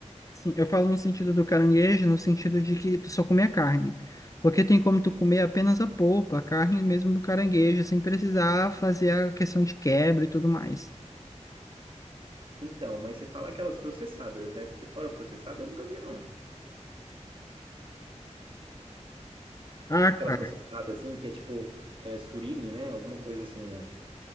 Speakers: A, on the left; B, on the right.
A: sim, eu falo no sentido do caranguejo, no sentido de que tu só comer a carne. Porque tem como tu comer apenas a polpa, a carne mesmo do caranguejo, sem precisar fazer a questão de quebra e tudo mais.
B: Então, mas você fala aquelas processadas, né? Porque fora processada eu nunca vi, não.
A: Ah,
B: Aquela
A: cara.
B: processada, assim, que é tipo é, surimi, né? Alguma coisa assim, né?